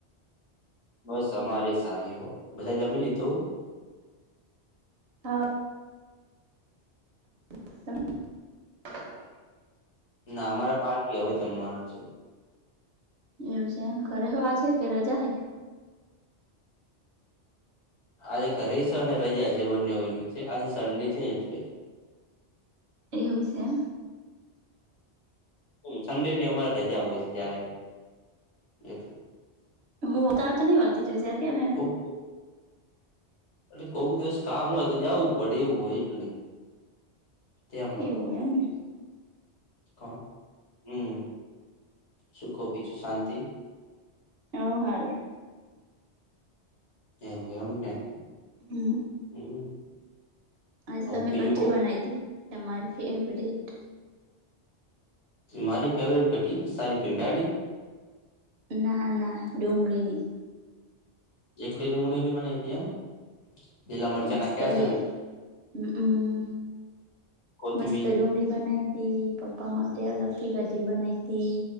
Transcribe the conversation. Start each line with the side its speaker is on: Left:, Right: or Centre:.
Left: બસ અમારે સારી હો બધાએ જમી લીધું
Right: હા તમ
Left: ના અમારે પાકી હવે જમવાનું છે.
Right: એવું છે એમ ઘરે છો કે આજે કે રજા હૈ
Left: આજે ઘરે છે અને રજા છે બંને વેલું છે આજે સન્ડે છે એટલે.
Right: એવું છે.
Left: સન્ડે ની અમારે રજા હોય છે જાહેર એટલે
Right: હું તાર તો નઈ વાતી ર જ કે <inaudible>
Left: ઓ એટલે કોઈક દિવસ કામ હોય તો જવું પડે એવું હોય એટલે. તેમાં
Right: એવું એમ ને
Left: કોણ હમ સુખબી છું શાંતિ
Right: ઓ હારું
Left: એવું એમને
Right: હમ
Left: હમ
Right: આજે અમે
Left: બીજું
Right: કઠી
Left: કો
Right: બનાવી હતી તમારી ફેવરેટ
Left: મારી ફેવરેટ જોટી સાની પિંડાની
Right: ના ના ડુંગળીની
Left: એકલી ડુંગળી બનાતી એમ લીલા મરચા નાખ્યા
Right: હસ્તલી
Left: હશે ને અંદર
Right: હ હમ
Left: કોથમીર
Right: મસ્ત ડુંગળી બનાવી એ પપ્પા માટે અલગથી કઢી બનાવી હતી